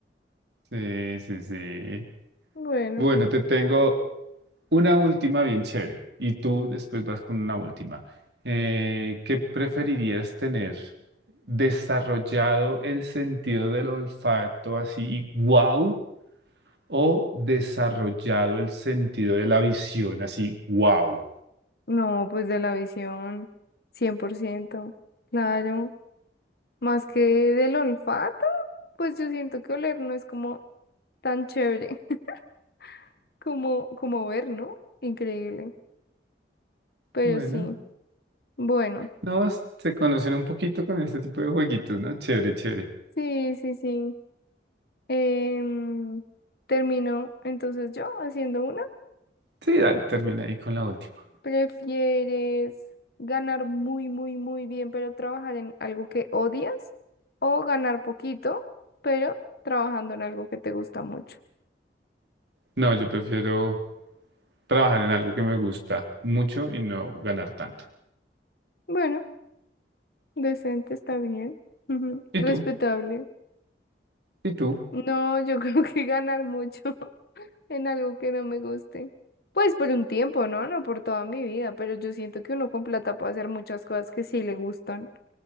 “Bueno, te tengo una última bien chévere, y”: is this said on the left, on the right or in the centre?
Right